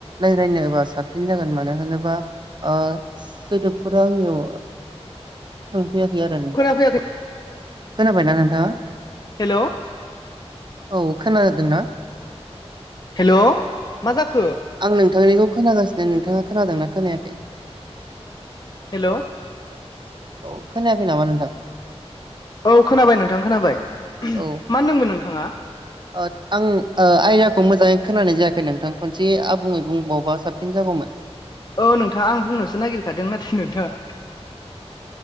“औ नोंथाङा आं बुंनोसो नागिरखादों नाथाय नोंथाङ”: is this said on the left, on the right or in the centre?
Left